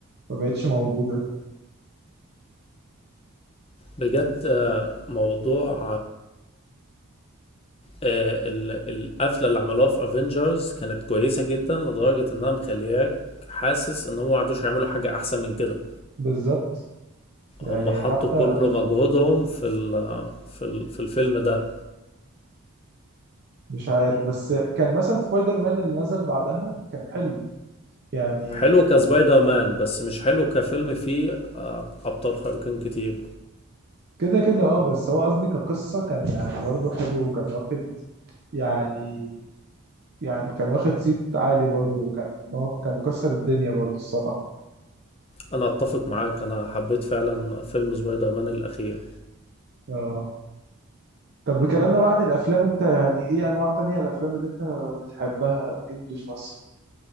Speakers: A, on the right; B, on the left.
A: ما بقتش موجوده
B: بجد آه، موضوع آه، ال- القفله اللي عملوها في افنجرز كانت كويسه جدا لدرجه انها مخلياك حاسس ان هم ما عرفوش يعملوا حاجه احسن من كده
A: بالظبط يعني
B: هم حطوا
A: حتى
B: كل مجهودهم في ال في ال في الفيلم ده
A: مش عارف بس كان مثلا سبايدر مان اللي نزل بعدها كان حلو يعني
B: حلو كسبايدر مان بس مش حلو كفيلم فيه آه، ابطال خارقين كتير
A: كده كده اه بس هو قصدي كقصة كان يعني برضه حلو وكان واخد يعني يعني كان واخد صيت عالي برضه وكان هو كان مكسر الدنيا برضه الصراحة
B: انا اتفق معاك انا حبيت فعلا فيلم سبايدر مان الاخير
A: اه طب بكلامنا بقى عن الأفلام أنت يعني إيه أنواع تانية الأفلام اللي أنت بتحبها إنجلش مثلا؟